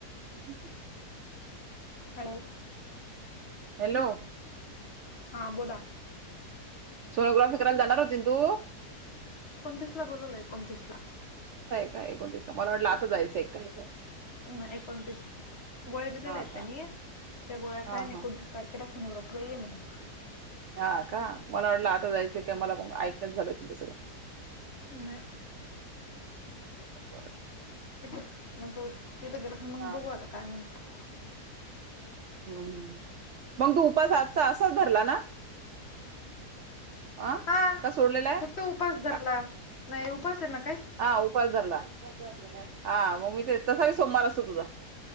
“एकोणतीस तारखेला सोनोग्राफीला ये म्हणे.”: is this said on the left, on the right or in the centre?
Left